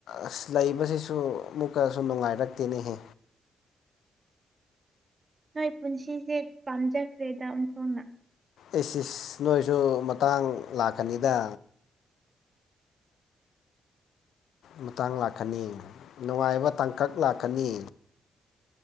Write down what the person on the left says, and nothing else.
ꯑꯁ ꯂꯩꯕꯁꯤꯁꯨ ꯑꯃꯨꯛꯀꯁꯨ ꯅꯨꯡꯉꯥꯏꯔꯛꯇꯦꯅꯦꯍꯦ
ꯑꯦꯁ ꯁꯤꯁ ꯅꯣꯏꯁꯨ ꯃꯇꯥꯡ ꯂꯥꯛꯀꯅꯤꯗ ꯃꯇꯥꯡ ꯂꯥꯛꯀꯅꯤ ꯅꯨꯡꯉꯥꯏꯕ ꯇꯥꯡꯀꯛ ꯂꯥꯛꯀꯅꯤ